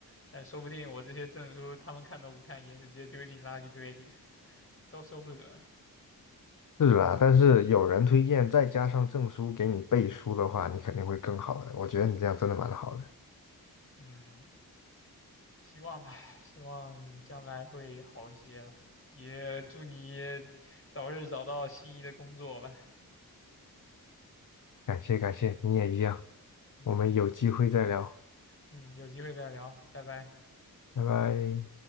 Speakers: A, on the left; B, on the left.
A: 但说不定我这些证书他们看都不看一眼，就直接丢进垃圾堆里，<laughs> 都说不准。
B: 是啦，但是有人推荐，再加上证书给你背书的话，你肯定会更好的。我觉得你这样真的蛮好的，
A: 嗯，希望吧，希望将来会好一些吧。也祝你早日找到心仪的工作吧。
B: 感谢感谢，你也一样。
A: 嗯
B: 我们有机会再聊，
A: 嗯，有机会再聊，拜拜。
B: 拜拜。